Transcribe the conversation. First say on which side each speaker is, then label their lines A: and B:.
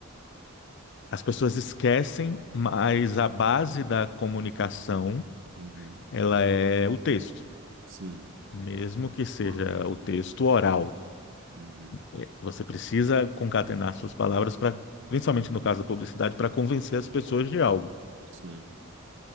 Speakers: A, on the left (about 55°); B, on the right (about 60°).
A: as pessoas esquecem, mas a base da comunicação,
B: uhum.
A: ela é o texto,
B: Sim,
A: mesmo que
B: concordo.
A: seja o texto oral.
B: Uhum,
A: Eh, Você precisa concatenar suas palavras para, principalmente no caso da publicidade, para convencer as pessoas de algo.
B: sim.